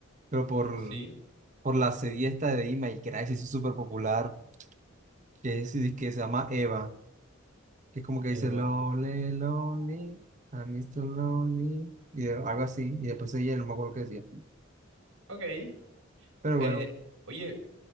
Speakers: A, on the right; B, on the right.
A: pero por,
B: Sí,
A: por la serie esta de Ima y Crash se hizo súper popular, que es, que se llama Eva, que es como que
B: Eva.
A: dice Lonely, Lonely, I'm Mr. Lonely, y algo así, y después ella no me acuerdo qué decía.
B: Ok.
A: Pero
B: Eh, oye.